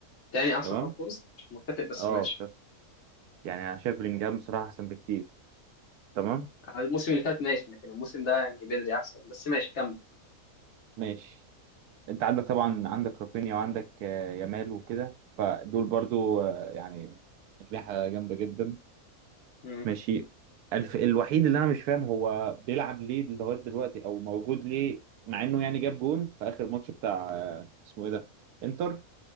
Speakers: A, on the left; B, on the right.
A: تاني أحسن
B: تمام
A: خط وسط مش متفق بس
B: اه
A: ماشي
B: بصراحة يعني انا شايف بلينجهام بصراحة احسن بكتير تمام
A: الموسم اللي فات ماشي لكن الموسم ده يعني بدري احسن بس ماشي كمل
B: ماشي انت عندك طبعا عندك رافينيا وعندك آه، يامال وكده فدول برضو آه، يعني أجنحة جامدة جدا
A: امم
B: ماشي الف... الوحيد اللي انا مش فاهم هو بيلعب ليه لغايه دلوقتي او موجود ليه مع انه يعني جاب جون في اخر ماتش بتاع اسمه ايه ده انتر